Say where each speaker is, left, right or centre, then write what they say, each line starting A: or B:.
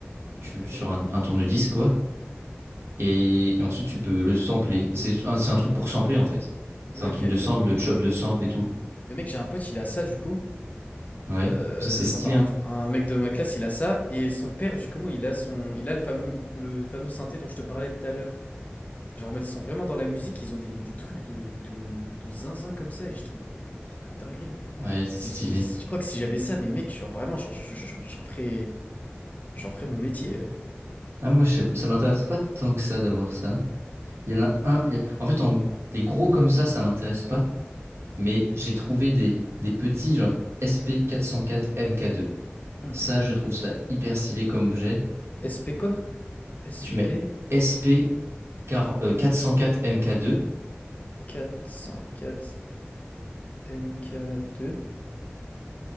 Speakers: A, on the right; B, on the left.
A: tu
B: Ouais, euh,
A: sur
B: bah,
A: un, un tourne-disque, quoi. Et, et ensuite, tu peux le sampler. Et C'est un, c'est un truc pour sampler, en fait. C'est
B: ouais,
A: un truc
B: ok.
A: de sample,
B: bah.
A: de chop de sample et tout.
B: Mais mec, j'ai un pote, il a ça, du coup.
A: Ouais.
B: Euh,
A: Ça, c'est stylé,
B: Enfin, dans-
A: hein.
B: un, un mec de ma classe, il a ça. Et son père, du coup, il a son... Il a le fameux, le fameux synthé dont je te parlais tout à l'heure. Genre, en mode, ils sont vraiment dans la musique, ils ont des, des trucs de, de, de zinzin comme ça. Et j'étais en mode, mais oh la dinguerie.
A: Ouais, c'est
B: Si-
A: stylé.
B: Je, je crois que si j'avais ça, mais mec, genre vraiment, genre, je- je- j'en ferais, j'en ferais mon métier. euh.
A: Ah, moi, je sais, ça m'intéresse pas tant que ça d'avoir ça. Il y en a un. il y a- En fait, en- les gros comme ça, ça m'intéresse pas. Mais j'ai trouvé des, des petits, genre SP404 MK2.
B: Mhm.
A: Ça, je trouve ça hyper stylé comme objet.
B: SP quoi? SP
A: Tu mets SP 40 euh, 404 mk deux.
B: 404 MK2.